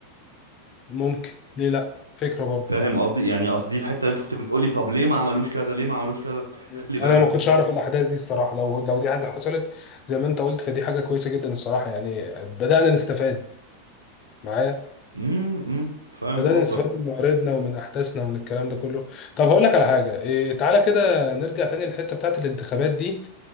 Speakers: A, on the left (about 35°); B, on the right (about 85°).
A: ممكن ليه لا فكره برضه
B: فاهم قصدي يعني قصدي الحتة اللي انت كنت بتقولي طب ليه ما عملوش كذا ليه ما عملوش كذا
A: مم.
B: خلي بالك
A: انا ما كنتش
B: هو
A: اعرف الاحداث دي الصراحه لو لو دي حاجه حصلت زي ما انت قلت فدي حاجه كويسه جدا الصراحه يعني بدانا نستفاد معايا
B: امم فاهم
A: بدانا
B: قصدك
A: نستفاد من معارضنا ومن احداثنا ومن الكلام ده كله طب هقول لك على حاجه إيه تعالى كده نرجع تاني للحته بتاعت الانتخابات دي